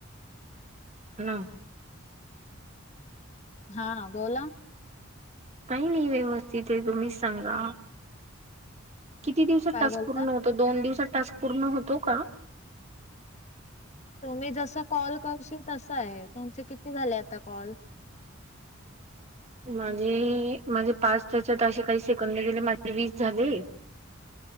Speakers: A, on the right; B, on the left.
A: हू.
B: हा बोला.
A: काही नाही व्यवस्थित ये. तुम्हीच सांगा. किती दिवसात
B: काय
A: टास्क
B: बोलता
A: पूर्ण होतो? दोन दिवसात टास्क पूर्ण होतो का?
B: तुम्ही जस कॉल करशील तस आहे. तुमचे किती झाले आता कॉल?
A: माझे माझे पाच त्याच्यात असे काही सेकंद गेले, माझे वीस झाले.